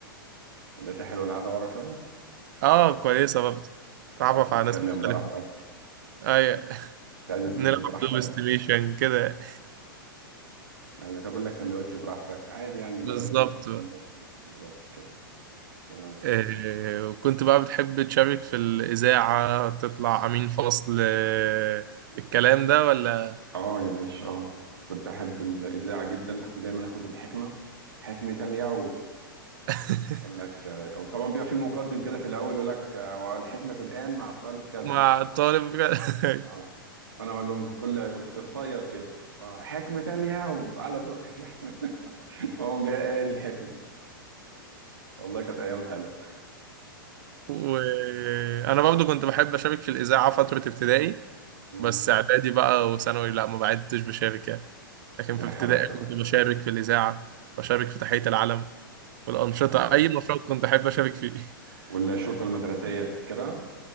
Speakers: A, on the right (about 80°); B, on the right (about 60°).
A: ولقيتها حلوه القعده ورا شويه
B: اه كويسة برضه تعرف
A: تعرف تتكلم
B: على ناس مختلفة
A: براحتك
B: ايوه <laughs>
A: تعزز
B: نلعب
A: لب براحتك
B: دور استيميشن كده
A: ايوه تاكل لك سندوتش براحتك عادي يعني المدرس
B: بالظبط
A: مش واخد
B: بقى
A: باله بالظبط كده تمام
B: آه، وكنت بقى بتحب تشارك في الإذاعة تطلع أمين فصل آه، الكلام ده ولا
A: اه يا باشا اه كنت احب الاذاعه جدا كنت دايما اخد الحكمه حكمه اليوم
B: <laughs>
A: يقول لك آه، وطبعا بيبقى في مقدم كده في الاول يقول لك آه، والحكمه الان مع الطالب كذا
B: مع الطالب <laughs>
A: اه وانا اقول لهم بكل كنت قصير كده آه، حكمه اليوم على صوت <laughs> هو جاي قايل الحكمه والله كانت ايام حلوه
B: وأنا برضو كنت بحب أشارك في الإذاعة فترة ابتدائي
A: مم.
B: بس اعدادي بقى وثانوي لا ما بعدتش بشارك يعني لكن
A: زي
B: في ابتدائي
A: حالاتي
B: كنت
A: بقى
B: بشارك في الإذاعة بشارك في تحية العلم والأنشطة
A: حياة العام
B: أي نشاط كنت أحب أشارك فيه <laughs>
A: والشرطه المدرسيه تفتكرها